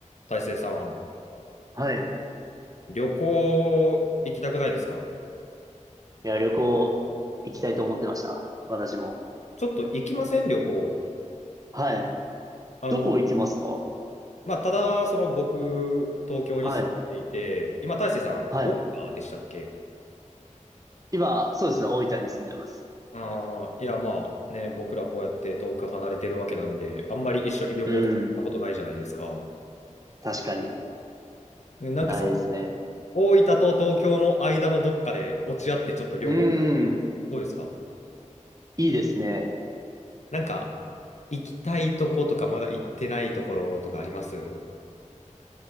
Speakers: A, on the left; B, on the right.
A: 大成さん、
B: はい。
A: 旅行行きたくないですか
B: いや、旅行行きたいと思ってました。私も。
A: ちょっと行きません旅行。
B: はい。
A: あの、
B: どこ行きますか
A: まあ、ただ、その僕、東京に住んでいて、
B: はい。
A: 今、大成さん、
B: はい。
A: 大分でしたっけ
B: 今、そうですね。大分に住んでます。
A: ああー、いや、まあね、僕らこうやって遠く離れてるわけなんで、あんまり一緒に旅行とか行ったことないじゃないですか。
B: うん。確かに。
A: ねなんかそ、
B: ないですね。
A: 大分と東京の間のどっかで落ち合ってちょっと旅行、
B: うん。
A: どうですか
B: いいですね。
A: なんか、行きたいとことか、まだ行ってないところとかあります